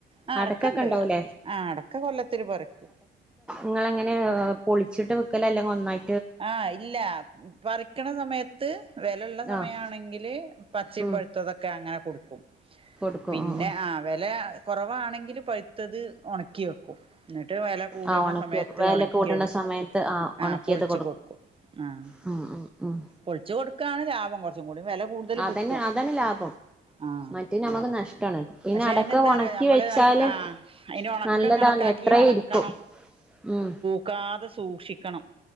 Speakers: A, on the right (about 25°); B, in the centre.
A: ആഹ്
B: അടക്കൊക്കെ
A: അടക്കണ്ട്
B: ഉണ്ടാവൂലേ
A: ആഹ് അടക്ക കൊല്ലത്തില് പറിക്കും.
B: ങ്ങളെങ്ങനെ പൊളിച്ചിട്ട് വ്ക്കലല്ലേ ഒന്നായി
A: ആഹ് ഇല്ലാ പറിക്ക്ണ സമയ ത്ത് വേലള്ള സമയാണെങ്കില്
B: ആഹ്
A: പച്ചിം
B: ഉം
A: പൊഴുത്തതൊക്കെ അങ്ങനെ കൊടുക്കും.
B: കൊടുക്കും
A: പിന്നെ
B: ആ ആ
A: ആഹ് വേല കൊറവാണെങ്കില് പഴുത്തത് ഒണക്കി വെക്കും, ന്നിട്ട് വേല കൂട്ണ
B: ആ ഉണക്കി
A: സമയത്ത്
B: വെക്കും. വെല
A: ഒണക്കി
B: കൂടണ സമയത്ത് ആ
A: ആഹ്
B: ഉണക്കിയത്
A: പൊൾച്ചു കൊടുക്കും ആഹ്.
B: <inaudible>
A: പൊൾച്ച് കൊടുക്കാണ് ലാഭം കൊർച്ചും കൂടി വേല കൂടുതല്
B: അതന്നെ
A: കിട്ടും.
B: അതാണ് ലാഭം
A: ആഹ്
B: മറ്റേ നമുക്ക് നഷ്ടാണ് പിന്നെ
A: പക്ഷെ
B: അടക്ക
A: എന്നെന്താറോ
B: ഉണക്കി
A: ഞമ്മള്
B: വെച്ചാല്
A: ന ആഹ് അയ്ന്റെ ഒണക്കം
B: നല്ലതാണ്
A: കണക്കാ
B: എത്ര
A: ക്കി ഒണക്കണം.
B: ഇരിക്കും ഉം
A: ക്കാതെ സൂക്ഷിക്കണം,